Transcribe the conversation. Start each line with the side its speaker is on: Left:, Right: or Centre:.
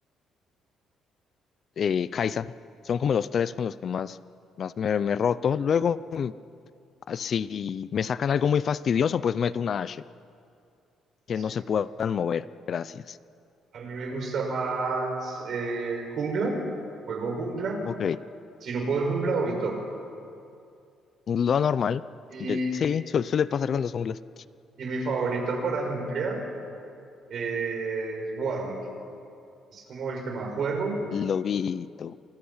Left: eh, Caixa. Son como los tres con los que más, más me, me he roto. Luego, mm, ah, si me sacan algo muy fastidioso, pues meto una H, que
Right: Sí,
Left: no se puedan mover. Gracias.
Right: A mí me gusta más eh, jungla, juego jungla.
Left: Ok,
Right: Si no puedo ir jungla, voy top.
Left: lo normal.
Right: Y,
Left: de- sí, su- suele pasar con los junglas.
Right: y mi favorito para jungla eh, es Warwick. Es como el que más juego.
Left: Lobito,